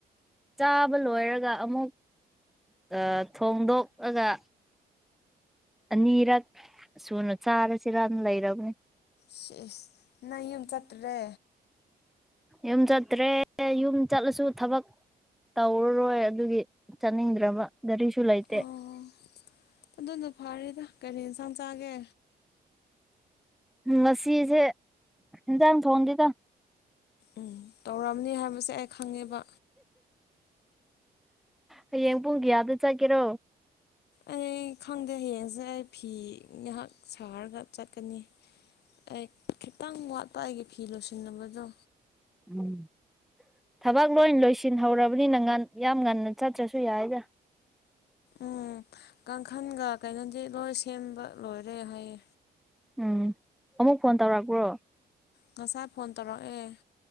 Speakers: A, in the centre; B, on the left (about 85°).
A: ꯆꯥꯕ ꯂꯣꯏꯔꯒ ꯑꯃꯨꯛ ꯑꯥ ꯊꯣꯡꯗꯣꯛ ꯑꯒ ꯑꯅꯤꯔꯛ ꯁꯨꯅ ꯆꯥꯔꯁꯤꯔꯅ ꯂꯩꯔꯕꯅꯦ
B: ꯁꯤꯏꯁ ꯅꯪ ꯌꯨꯝ ꯆꯠꯇ꯭ꯔꯦ
A: ꯌꯨꯝ ꯆꯠꯇ꯭ꯔꯦ ꯌꯨꯝ ꯆꯠꯂꯁꯨ ꯊꯕꯛ ꯇꯧꯔꯔꯣꯏ ꯑꯗꯨꯒꯤ ꯆꯠꯅꯤꯡꯗ꯭ꯔꯕ ꯒꯥꯔꯤꯁꯨ ꯂꯩꯇꯦ
B: ꯑꯣ ꯑꯗꯨꯅ ꯐꯥꯔꯦꯗ ꯀꯔꯤ ꯏꯟꯁꯥꯡ ꯆꯥꯒꯦ
A: ꯉꯁꯤꯁꯦ ꯍꯦꯟꯖꯥꯡ ꯊꯣꯡꯗꯤꯗ
B: ꯎꯝ ꯇꯧꯔꯝꯅꯤ ꯍꯥꯏꯕꯁꯦ ꯑꯩ ꯈꯪꯉꯦꯕ
A: ꯍꯌꯦꯡ ꯄꯨꯡ ꯀꯌꯥꯗ ꯆꯠꯀꯦꯔꯣ
B: ꯑꯩ ꯈꯪꯗꯦ ꯍꯌꯦꯡꯁꯦ ꯑꯩ ꯐꯤ ꯉꯩꯍꯥꯛ ꯁꯥꯍꯔꯒ ꯆꯠꯀꯅꯤ ꯑꯩ ꯈꯤꯇꯪ ꯋꯥꯠꯄ ꯑꯩꯒꯤ ꯐꯤ ꯂꯣꯏꯁꯤꯟꯅꯕꯗꯣ
A: ꯎꯝ ꯊꯕꯛ ꯂꯣꯏ ꯂꯣꯏꯁꯤꯟꯍꯧꯔꯕꯅꯤꯅ ꯉꯟ ꯌꯥꯝ ꯉꯟꯅ ꯆꯠꯇ꯭ꯔꯁꯨ ꯌꯥꯏꯗ
B: ꯎꯝ ꯀꯥꯡꯈꯜꯒ ꯀꯩꯅꯣꯗꯤ ꯂꯣꯏ ꯁꯦꯝꯕ ꯂꯣꯏꯔꯦ ꯍꯥꯏꯌꯦ
A: ꯎꯝ ꯑꯃꯨꯛ ꯐꯣꯟ ꯇꯧꯔꯛꯄ꯭ꯔꯣ
B: ꯉꯁꯥꯏ ꯐꯣꯟ ꯇꯧꯔꯛꯑꯦ